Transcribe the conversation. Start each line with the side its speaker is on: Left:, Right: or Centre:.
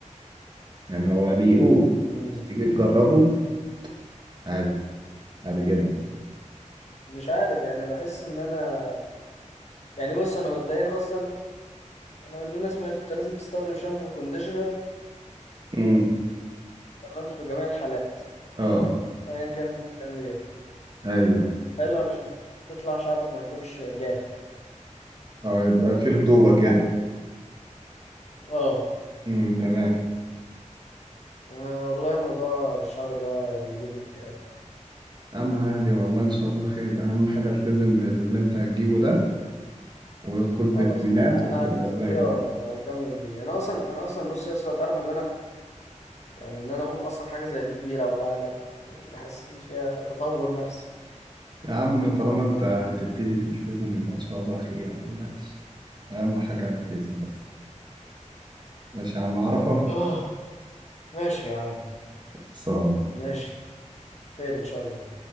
Right: يعني هو بيقول
Left: امم
Right: بس تيجي تجربه عادي عادي جدا
Left: مش عارف يعني بحس ان انا يعني بص انا مبدئيا اصلا انا اللي انا سمعته انت لازم تستخدم شامبو وكونديشنر
Right: امم
Left: تمام في جميع الحالات
Right: اه
Left: ايا كان انت بتعمل ايه
Right: ايوه
Left: حلو علشان تطلع شعرك ما يكونش جاف
Right: اه يبقى في رطوبة
Left: دي
Right: كده
Left: حاجة اه
Right: امم تمام
Left: انا والله موضوع الشعر ده بيجيب لي اكتئاب
Right: اما عادي والله ان شاء الله خير اهم حاجة التزم باللي انت هتجيبه ده وكل
Left: خلاص
Right: فيتامينات
Left: انا
Right: وهتبقى
Left: انا هلتزم
Right: زي
Left: بيه
Right: الفل.
Left: وأ- واكمل بيه انا اصلا انا اصلا بص يا اسطى تعرف ان انا يعني ان انا اقول اصلا حاجه زي دي كبيره والله عليا يعني دي حاسس ان فيها تطور نفسي
Right: يا عم طالما انت هتبتدي تلتزم يبقى ان شاء الله خير ما تقلقش اهم حاجه التزم بس ماشي يا عم عرفه
Left: اه ماشي يا عم
Right: صان
Left: ماشي خير ان شاء الله